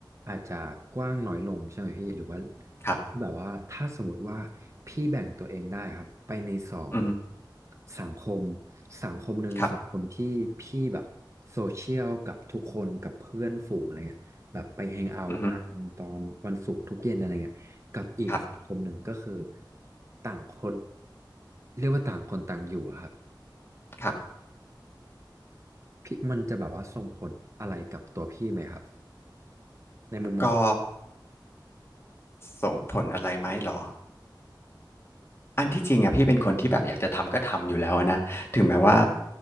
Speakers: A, on the right (about 40°); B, on the left (about 30°).
A: อาจจะกว้างน้อยลงใช่ไหมพี่หรือว่า
B: ครับ
A: แบบว่าถ้าสมมติว่าพี่แบ่งตัวเองได้ครับไปในสอง
B: อือฮึ
A: สังคมสังคมหนึ่งสังคมที่พี่แบบโซเชียลกับทุกคนกับเพื่อนฝูงอะไรเงี้ยแบบไปแฮงเอาท์กันตอนวันศุกร์ทุกเย็นอะไรเงี้ย
B: ครับอือฮึ
A: กับอีกคนหนึ่งก็คือ
B: ครับ
A: ต่างคนเรียกว่าต่างคนต่างอยู่อะครับ
B: ครับ
A: พี่มันจะแบบว่าส่งผลอะไรกับตัวพี่ไหมครับในมุมมอง
B: ก็ส่งผลอะไรไหมเหรอ อันที่จริงอะพี่เป็นคนที่แบบอยากจะทำก็ทำอยู่แล้วนะถึงแม้ว่า